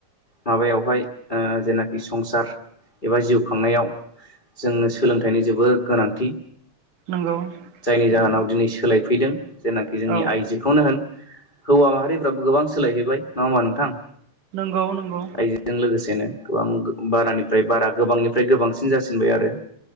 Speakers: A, on the left; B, on the right.
A: माबायावहाय ओ जेनाखि संसार एबा जिउ खांनायाव जोंनो सोलोंथाइनि जोबोद गोनांथि
B: नंगौ
A: जायनि जाहोनाव
B: उम
A: दिनै सोलाय हैैदों जेनाखि जोंनि
B: औ
A: आइजोखौनो होन हौवा माहारिफ्राबो गोबां सोलायहैबाय नङा होमबा नोंथां?
B: नंगौ नंगौ।
A: आइजोजों लोगोसेनो गोबां बारानिफ्राय बारा गोबांनिफ्राय गोबांसिन जासिनबाय आरो।